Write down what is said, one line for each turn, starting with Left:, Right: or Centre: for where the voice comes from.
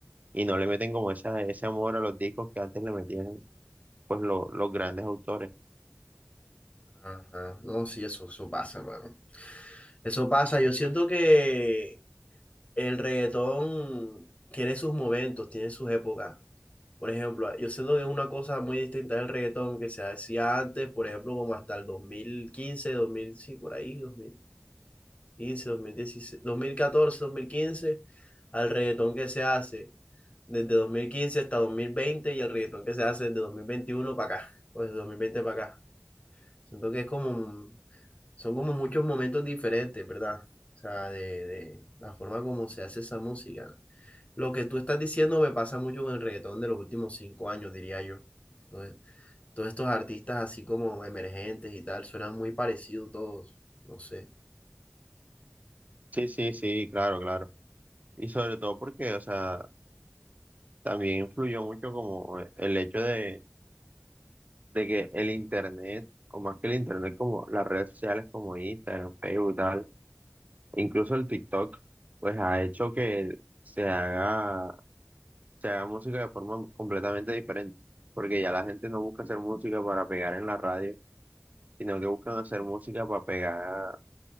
Right: y no le meten como esa, ese amor a los discos que antes le metían pues lo- los grandes autores.
Left: ajá. No, sí, eso, eso pasa, mano. Eso pasa. Yo siento que el reggaetón tiene sus momentos, tiene sus épocas. Por ejemplo, yo siento que es una cosa muy distinta del reggaetón que se hacía antes, por ejemplo, como hasta el dos mil quince dos mil sí, por ahí, dos dos dos mil mil mil quince dieciséis catorce dos mil quince al reggaetón que se hace. desde 2015 hasta 2020 y el reggaetón que se hace desde 2021 para acá, o desde 2020 para acá. Siento que es como, son como muchos momentos diferentes, ¿verdad? O sea, de, de la forma como se hace esa música. Lo que tú estás diciendo me pasa mucho con el reggaetón de los últimos cinco años, diría yo. Entonces, todos estos artistas así como emergentes y tal, suenan muy parecidos todos, no sé.
Right: Sí, sí, sí, claro, claro. Y sobre todo porque, o sea, también influyó mucho como el hecho de, de que el Internet, o más que el Internet, como las redes sociales como Instagram, Facebook, tal, e incluso el TikTok, pues ha hecho que se haga, se haga música de forma completamente diferente. Porque ya la gente no busca hacer música para pegar en la radio, sino que buscan hacer música para pegar